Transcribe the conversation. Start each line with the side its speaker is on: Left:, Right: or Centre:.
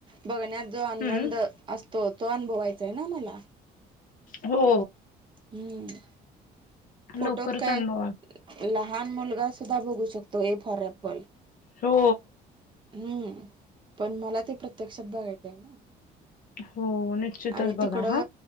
Right: बघण्यात जो आनंद
Left: हम्म.
Right: असतो तो अनुभवायचा आहे ना मला.
Left: हो.
Right: हम्म
Left: लवकरच
Right: फोटोच काय
Left: अनुभवा
Right: लहान मुलगा सुद्धा बघू शकतो ए फॉर ए बर हे
Left: हो
Right: हम्म पण मला ते प्रत्यक्षात बघायचं आहे ना.
Left: हो निश्चितच
Right: आणि
Left: बघा
Right: तिकड
Left: हा